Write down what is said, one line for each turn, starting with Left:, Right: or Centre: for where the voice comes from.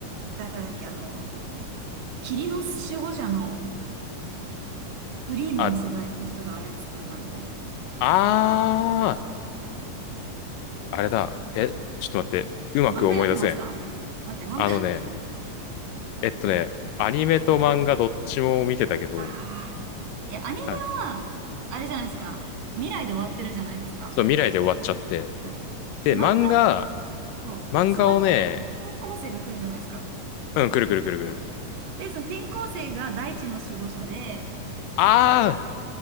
Right: 誰だっけ、あの、霧の守護者のフリーモン世代の人が操ってたみたいな。
Left: あ、あー、あれだ。え、ちょっと待って。うまく思い出せん。
Right: 漫画読んでました待って、漫画、
Left: あのね、えっとね、アニメと漫画どっちも見てたけど、
Right: ああ、いや、アニメは、
Left: た
Right: あれじゃないですか。未来で終わってるじゃないですか。
Left: そう、未来で終わっちゃって。
Right: そうで、
Left: で、
Right: 漫画だ
Left: 漫画、
Right: と、
Left: 漫画をね、
Right: その後、て転校生が来るじゃないですか。
Left: うん、くるくるくるくる。
Right: で、その転校生が大地の守護者で、
Left: ああ、